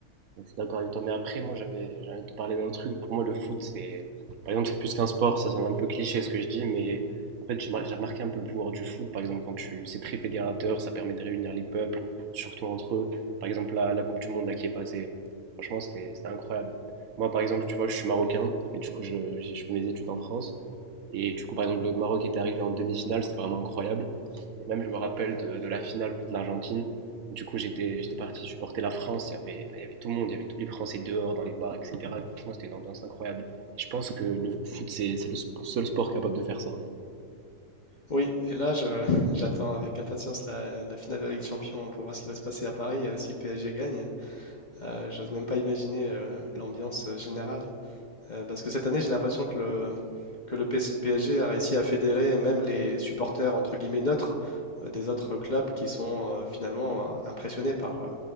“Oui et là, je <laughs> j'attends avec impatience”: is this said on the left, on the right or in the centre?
Left